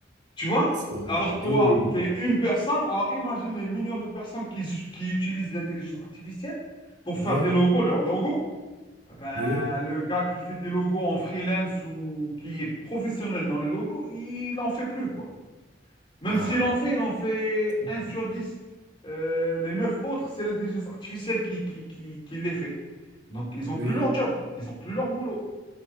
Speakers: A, on the left; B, on the right.
A: Tu vois?
B: c'est vrai.
A: Alors, toi,
B: Oui,
A: tu es une personne. Alors, imagine les millions de personnes qui, qui utilisent l'intelligence artificielle pour faire
B: oui,
A: des logos, leurs logos. Ah Ben,
B: oui.
A: le gars qui fait des logos en freelance ou qui est professionnel dans les logos, il en fait plus, quoi. Même
B: Ah,
A: s'il en fait, il en fait
B: c'est vrai.
A: un sur 10. Euh, les 9 autres, c'est l'intelligence artificielle qui, qui, qui, qui les fait. Donc, ils n'ont
B: oui,
A: plus leur job, ils n'ont plus leur boulot.